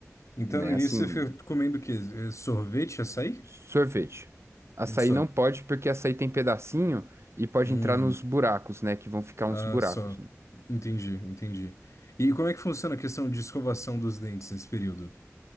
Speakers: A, on the left; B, on the right.
A: Então,
B: né?
A: no início,
B: Assim,
A: você fica comendo o quê? Eh, Sorvete, açaí?
B: Sorvete. Açaí
A: Um Só.
B: não pode, porque açaí tem pedacinho e pode
A: Hum,
B: entrar nos buracos, né? Que vão ficar uns
A: ah,
B: buracos.
A: só.
B: né?
A: Entendi, entendi. E como é que funciona a questão de escovação dos dentes nesse período?